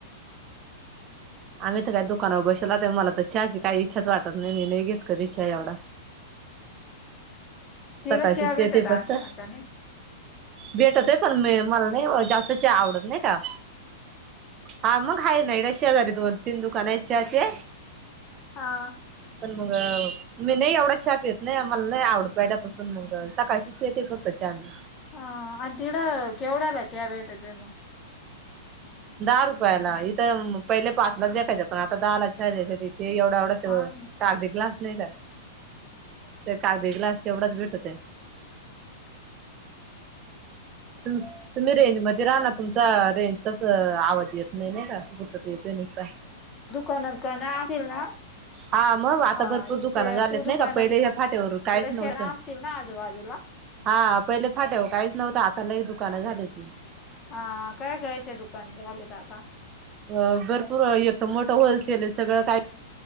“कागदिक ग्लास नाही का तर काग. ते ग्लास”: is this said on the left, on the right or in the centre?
Right